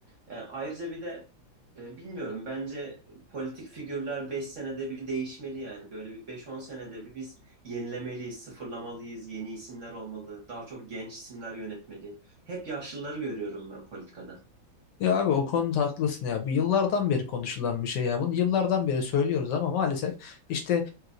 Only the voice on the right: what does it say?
Ee, ayrıca bir de e, bilmiyorum bence politik figürler 5 senede bir değişmeli yani. Böyle bir beş-on senede bir biz yenilemeliyiz, sıfırlamalıyız, yeni isimler olmalı, daha çok genç isimler yönetmeli. Hep yaşlıları görüyorum ben politikada.